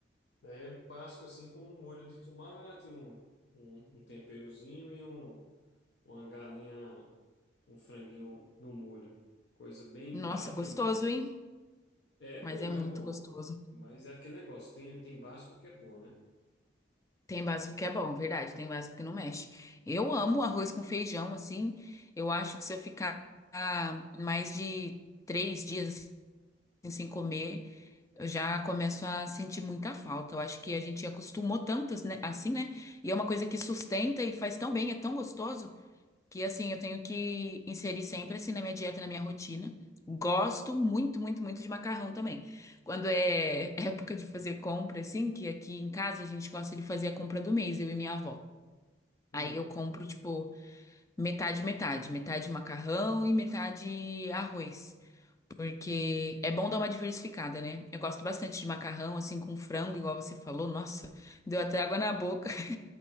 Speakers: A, on the left; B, on the left.
A: É básico assim, com um molho de tomate, um, um, um temperozinho e um, uma galinha, um franguinho no molho. Coisa bem
B: Nossa,
A: básica
B: gostoso,
A: mesmo.
B: hein?
A: É bom,
B: Mas é muito
A: é bom.
B: gostoso.
A: Mas é aquele negócio, tem, tem básico que é bom, né?
B: Tem básico que é bom, verdade. Tem básico que não mexe. Eu amo arroz com feijão, assim. Eu acho que se eu ficar mais de três dias assim, sem comer, eu já começo a sentir muita falta. Eu acho que a gente acostumou tanto, né, assim, né? E é uma coisa que sustenta e faz tão bem, é tão gostoso. que assim eu tenho que inserir sempre assim na minha dieta, na minha rotina. Gosto muito, muito, muito de macarrão também. Quando é <laughs> época de fazer compra, assim, que aqui em casa a gente gosta de fazer a compra do mês, eu e minha avó.
A: Hum.
B: Aí eu compro, tipo, metade, metade. Metade macarrão e metade arroz. Porque é bom dar uma diversificada, né? Eu gosto bastante de macarrão, assim, com frango, igual você falou. Nossa, deu até água na boca. <laughs>